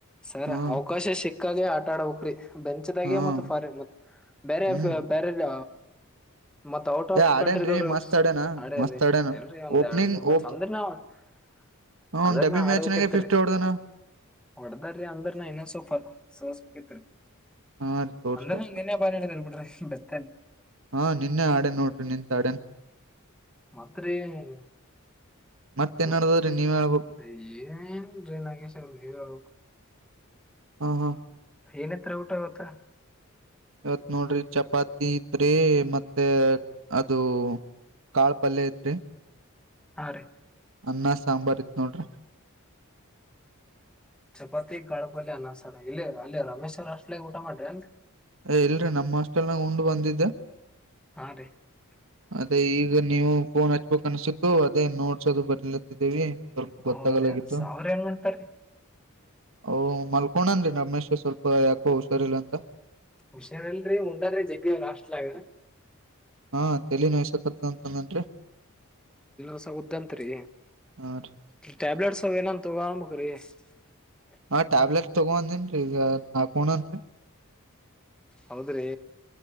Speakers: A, in the centre; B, on the right (about 65°).
A: ಸರ್
B: ಹ್ಮ್
A: ಅವಕಾಶ ಸಿಕ್ಕಾಗ ಆಟ ಆಡ ಹಕ್ರಿ ಬೆಂಚ್ದಾಗ
B: ಹ್ಮ್
A: ಮತ್ತ ಫಾರಿ. ಮ ಬೇರೆ
B: ಹ್ಮ್
A: ಬೇರೆಲ್ಲ. ಮತ್ ಔಟ್ ಆಫ್
B: ಏ ಆಡ್ಯನ್ರಿ
A: ಕಂಟ್ರಿದವರು
B: ಮಸ್ತ್ ಆಡ್ಯನ
A: ಆಡ್ಯಿ
B: ಮಸ್ತ್ ಆಡ್ಯನ
A: ಎಲ್ರರಿ ಒಂದ್
B: ಓಪನಿಂಗ್
A: ಎರಡ್ ಮೂರ್ ಮ್ಯಾಚ್
B: ಓಪ್
A: ಅಂದ್ರಿ ನಾವು. <unintelligible>
B: ಹ
A: ಅದನ್ನ
B: ಡಬ್ಬಿ ಮ್ಯಾಚ್ನಾಗೆ
A: ಆಡ್ಬೇಕಕ್ ಇತರಿ.
B: ಫಿಫ್ಟಿ ಹೊಡ್ದನ
A: ಹೊಡದ ಅಂದ್ರನ ಇನ್ನ ಸ ಸಸ.
B: ಹಾ ರೀ ತೋರ್ಸ್ಬೋ
A: ಅಂದನ ಬಾರ ಕರುಬಿಡ ಬೆತನ್.
B: ಹಾ ನಿನ್ನೆ ಆಡ ನೋಡ್ರಿ ನಿಂತ ಆಡೇನ್.
A: ಮತ್ರಿ <unintelligible>
B: ಮತ್ತೇನ್
A: ಮತ್ತೆ
B: ನಡದದ್ರಿ ನೀವ್ ಹೇಳ್ಬೇಕು
A: ಏನ್ರೀ ನಾಗೇಶ್ ಅವ ಹಬೇಕು <unintelligible>
B: ಹಾ ಹಾ <unintelligible>
A: ಏನತ್ರ ಊಟ ಅವತ್ತ.
B: ಇವತ್ ನೋಡ್ರಿ ಚಪಾತಿ ಐತ್ರಿ ಮತ್ತೆ ಅದು <unintelligible> ಕಾಳ ಪಲ್ಯ ಐತ್ರಿ.
A: ಹಾ ರೀ.
B: ಅನ್ನ ಸಾಂಬಾರ್ ಇತ್ ನೋಡ್ರಿ <unintelligible>
A: ಚಪಾತಿ ಕಾಳಪಲ್ ಅನ್ನಸರ ಇಲ್ಲಿ ಅಲ್ಲಿ ರಮೇಶ್ ಅವರ್ ಅಷ್ಟ್ ಊಟ ಮಾಡ್ರಿ ಏನ್.
B: ಏ ಇಲ್ರೀ ನಮ್ಮ್ ಅಸ್ಟೆಲ್ನಾಗ ಉಂಡ್ ಬಂದಿದ್ದ.
A: ಹಾ ರೀ <unintelligible>
B: ಅದ ಈಗ ನೀವು ಫೋನ್ ಹಚ್ಬೇಕಕ್ ಅನ್ಸತ್ತು ಅದೇ ನೋಡ್ಸೋದು ಬರ್ಲತ್ತಿದ್ದೀವಿ. ಸ್ವಲ್ಪ ಗತ್ತಾಗಲಗತ್ತು
A: ಹೌದ್ರಿ
B: <unintelligible>
A: ಅವ್ರ ಏನ್ ಮಾಡ್ತಾರ್ರಿ
B: ಓ ಮಲ್ಕೋಣನ್ರಿ ರಮೇಶ ಸ್ವಲ್ಪ ಯಾಕೋ ಹುಷಾರಿಲ್ಲ ಅಂತ.
A: ಹುಷಾರಲ್ರರಿ ಉಂಡಾದ್ರಿ ಜಗ್ಗ ಅಷ್ಟಲಗ.
B: ಹಾ ತಲ ನಸಕತಂತಂದನ್ರಿ <unintelligible>
A: ಇಸ ಉುದ್ದಂತರಿ
B: ಹಾ ರೀ
A: ಟ್ಯಾಬ್ಲೆಟ್ಸ್ ಏನ ತಗಬೇಕ <unintelligible> <inaudible>
B: ಹಾ ಟ್ಯಾಬ್ಲೆಟ್ ತಗೊಂದನ್ ಈಗ ಹಾಕೋಣನ್ರಿ
A: ಹೌದ್ರಿ